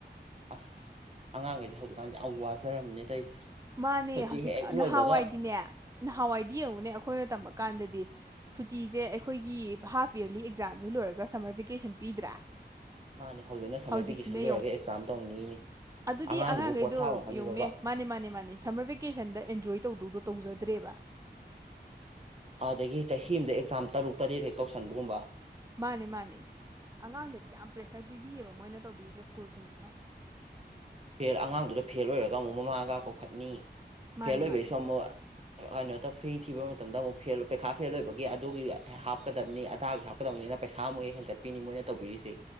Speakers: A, on the right (about 35°); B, on the right (about 20°).
A: ꯑꯁ ꯑꯉꯥꯡꯈꯩꯁꯦ ꯍꯧꯖꯤꯛꯀꯥꯟꯁꯦ ꯌꯥꯝ ꯋꯥꯖꯔꯕꯅꯦ ꯇꯧꯔꯤꯁꯦ
B: ꯃꯥꯅꯦ
A: ꯁꯨꯇꯤ
B: ꯍꯧꯖꯤꯛ
A: ꯍꯦꯛ ꯂꯣꯏꯕꯒ
B: ꯅꯍꯥꯟꯋꯥꯏꯗꯤꯅꯦ ꯅꯍꯥꯟꯋꯥꯏꯗꯤ ꯌꯦꯡꯉꯨꯅꯦ ꯑꯩꯈꯣꯏꯅ ꯇꯝꯃꯀꯥꯟꯗꯗꯤ ꯁꯨꯇꯤꯁꯦ ꯑꯩꯈꯣꯏꯒꯤ ꯍꯥꯐ ꯌꯔꯂꯤ ꯑꯦꯛꯖꯥꯝꯁꯦ ꯂꯣꯏꯔꯒ ꯁꯝꯃꯔ ꯚꯦꯀꯦꯁꯟ ꯄꯤꯗ꯭ꯔꯥ
A: ꯃꯥꯅꯦ ꯍꯧꯖꯤꯛꯅ ꯁꯝꯃꯔ
B: ꯍꯧꯖꯤꯛꯁꯤꯅ
A: ꯚꯦꯀꯦꯁꯟ
B: ꯌꯦꯡꯉꯨ
A: ꯂꯣꯏꯔꯒ ꯑꯦꯛꯖꯥꯝ ꯇꯧꯅꯤꯅꯦ
B: ꯑꯗꯨꯗꯤ
A: ꯑꯉꯥꯡꯗꯨꯕꯨ
B: ꯑꯉꯥꯡꯈꯩꯗꯣ
A: ꯄꯣꯊꯥꯐꯝ ꯈꯪꯉꯤꯕꯕꯥ
B: ꯌꯦꯡꯉꯨꯅꯦ ꯃꯥꯅꯦ ꯃꯥꯅꯦ ꯃꯥꯅꯦ ꯁꯝꯃꯔ ꯕꯦꯀꯦꯁꯟꯗ ꯑꯦꯟꯖꯣꯏ ꯇꯧꯗꯧꯗꯣ ꯇꯧꯖꯗ꯭ꯔꯦꯕ
A: ꯑꯗꯒꯤ ꯆꯍꯤ ꯑꯃꯗ ꯑꯦꯛꯖꯥꯝ ꯇꯔꯨꯛ ꯇꯔꯦꯠ ꯍꯦꯛ ꯇꯧꯁꯟꯕꯒꯨꯝꯕ
B: ꯃꯥꯅꯦ ꯃꯥꯅꯦ ꯑꯉꯥꯡꯗꯗꯤ ꯌꯥꯝ ꯄ꯭ꯔꯦꯁꯔ ꯄꯤꯕꯤꯌꯦꯕ ꯃꯣꯏꯅ ꯇꯧꯕꯤꯔꯤꯁꯦ ꯁ꯭ꯀꯨꯜꯁꯤꯡꯁꯤꯅ
A: ꯐꯦꯜ ꯑꯉꯥꯡꯗꯨꯗ ꯐꯦꯜ ꯑꯣꯏꯔꯒ ꯑꯃꯨꯛ ꯃꯃꯥꯒ ꯀꯧꯈꯠꯅꯤ
B: ꯃꯥꯅꯦ
A: ꯐꯦꯜ
B: ꯃꯥꯅꯦ
A: ꯑꯣꯏꯕꯩꯁꯨ ꯑꯃꯨꯛ ꯀꯩꯅꯣꯇ ꯐ꯭ꯔꯤ ꯊꯤꯕ ꯃꯇꯝꯗ ꯑꯃꯨꯛ ꯐꯦꯜ ꯄꯩꯈꯥ ꯐꯦꯜ ꯑꯣꯏꯕꯒꯤ ꯑꯗꯨꯒꯤ ꯍꯥꯞꯀꯗꯕꯅꯤ ꯑꯙꯥꯒꯤ ꯍꯥꯞ ꯀꯗꯧꯅꯤꯅ ꯄꯩꯁꯥ ꯑꯃꯨꯛ ꯍꯦꯟꯒꯠꯄꯤꯅꯤ ꯃꯣꯏꯅ ꯇꯧꯕꯤꯔꯤꯁꯦ